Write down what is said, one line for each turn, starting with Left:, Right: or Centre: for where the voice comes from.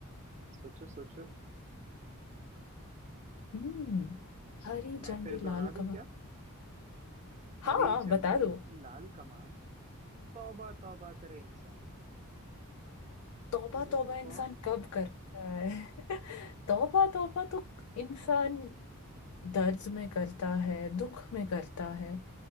Right: सोचो सोचो
Left: हम्म हरी
Right: मैं
Left: झंडी
Right: फिर दोहरा
Left: लाल
Right: दूं
Left: कमान
Right: क्या
Left: हाँ
Right: हरी झंडी
Left: बता दो
Right: लाल कमान तौबा तौबा करे इंसान
Left: तौबा
Right: बोलो
Left: तौबा
Right: मैं
Left: इंसान
Right: कौन
Left: कब करता है <laughs> तौबा तौबा तो इंसान दर्द में करता है दुख में करता है